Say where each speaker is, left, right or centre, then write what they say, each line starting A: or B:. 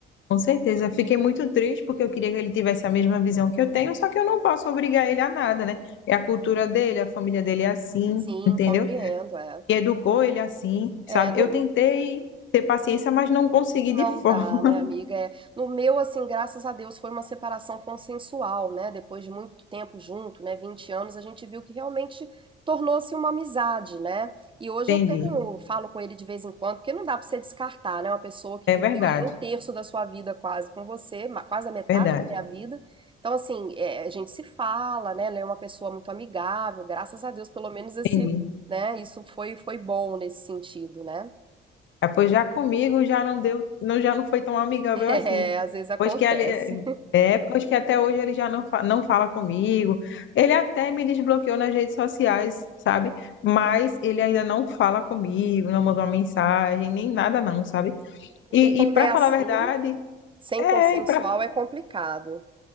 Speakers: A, on the left; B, on the right.
A: com certeza. Fiquei muito triste porque eu queria que ele tivesse a mesma visão que eu tenho, só que eu não posso obrigar ele a nada, né? É a cultura dele, a família dele é assim,
B: Sim,
A: entendeu?
B: compreendo, é.
A: E educou ele assim, sabe?
B: É, no,
A: Eu tentei ter paciência, mas não consegui
B: Não
A: de forma.
B: dá, né, amiga? É, no meu, assim, graças a Deus, foi uma separação consensual, né? Depois de muito tempo junto, né? vinte anos, a gente viu que realmente tornou-se uma amizade, né?
A: <laughs>
B: E hoje
A: Entendi.
B: eu tenho, falo com ele de vez em quando, porque não dá pra você descartar, né? Uma pessoa que
A: É
B: viveu
A: verdade,
B: ali um terço da sua vida quase com você, ma- quase a metade
A: verdade.
B: da minha vida. Então, assim, é, a gente se fala, né? Ela é uma pessoa muito amigável, graças a Deus, pelo menos esse,
A: Entendi.
B: né? Isso foi, foi bom nesse sentido, né?
A: Ah, Pois já comigo já não deu, não, já não foi tão amigável
B: É,
A: assim.
B: às vezes acontece.
A: Pois que ele, é, é, pois que até hoje ele já não, fa- não fala comigo. Ele até me desbloqueou nas redes sociais, sabe? Mas ele ainda não fala comigo, não mandou uma mensagem, nem nada não, sabe?
B: Porque
A: E,
B: quando
A: e para
B: é assim,
A: falar a verdade,
B: sem
A: é,
B: consensual
A: e pra,
B: é complicado.